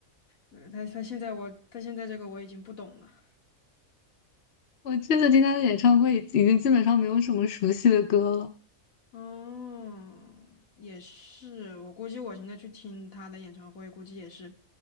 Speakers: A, on the left (about 75°); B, on the left (about 60°).
A: 呃，他他现在我他现在这个我已经不懂了。
B: 我这次听他的演唱会已已经基本上没有什么熟悉的歌了，
A: 哦，也是，我估计我现在去听他的演唱会，估计也是，